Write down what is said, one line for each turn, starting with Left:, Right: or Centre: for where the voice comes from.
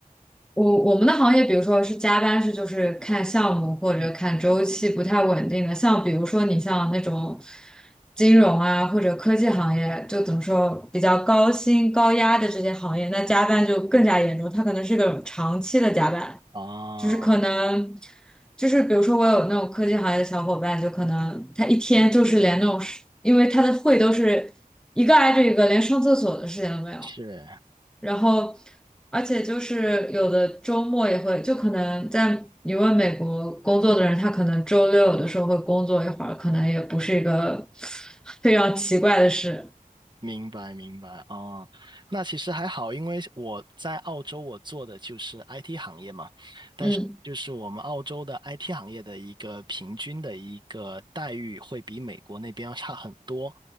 Centre: 我我们的行业，比如说是加班，是就是看项目或者看周期不太稳定的。
Right: 嗯，
Centre: 像比如说你像那种金融啊或者科技行业，就怎么说比较高薪高压的这些行业，那加班就更加严重，它可能是个长期的加班。
Right: 啊，
Centre: 就是可能，就是比如说我有那种科技行业的小伙伴，就可能他一天就是连那种事，因为他的会都是一个挨着一个，连上厕所的时间都没有。
Right: 是。
Centre: 然后，而且就是有的周末也会，就可能在你问美国工作的人，他可能周六有的时候会工作一会儿，可能也不是一个 <laughs> 非常奇怪的事。
Right: 明白明白哦，那其实还好，因为我在澳洲，我做的就是 IT 行业嘛，但是就是我们澳洲的
Centre: 嗯
Right: IT 行业的一个平均的一个待遇会比美国那边要差很多。